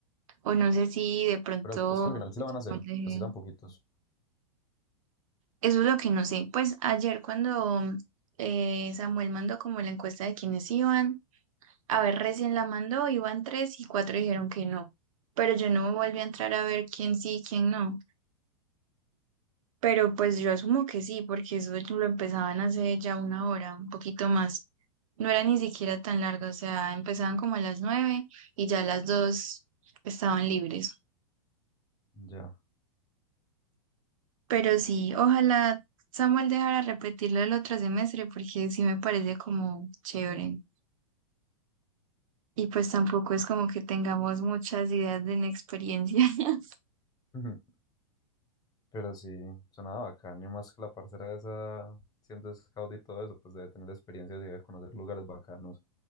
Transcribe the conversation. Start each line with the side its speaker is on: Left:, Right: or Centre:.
Right: O no sé si de pronto
Left: Pero al- es que al final sí la van a hacer,
Right: Samuel,
Left: así
Right: eh,
Left: tan poquitos.
Right: Eso es lo que no sé. Pues ayer cuando eh, Samuel mandó como la encuesta de quiénes iban, a ver, recién la mandó, iban tres y cuatro dijeron que no. Pero yo no volví a entrar a ver quién sí y quién no. Pero pues yo asumo que sí, porque eso lo empezaban hace ya una hora, un poquito más. No era ni siquiera tan largo, o sea, empezaban como a las nueve y ya a las dos estaban libres.
Left: Ya.
Right: Pero sí, ojalá Samuel dejara repetirlo el otro semestre porque sí me parece como chévere. Y pues tampoco es como que tengamos muchas ideas de inexperiencia. <laughs>
Left: <laughs> Ujú. Pero sí, sonaba bacán, y más que la parcera esa, siendo scout y todo eso, pues debe tener experiencias y debe conocer lugares bacanos.